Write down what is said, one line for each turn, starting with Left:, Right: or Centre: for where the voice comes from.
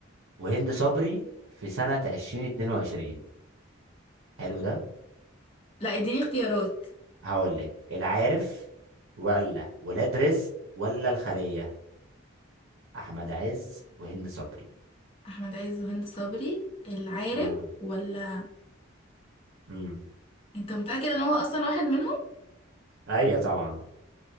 Right: وهند صبري في سنه 2022 حلو ده
Left: لا اديني اختيارات
Right: هقول لك العارف ولا ولاد رزق ولا الخلية أحمد عز وهند صبري
Left: احمد عز وهند صبري العارف
Right: امم
Left: ولا
Right: امم
Left: انت متأكد ان هو اصلا واحد منهم
Right: أيوة طبعا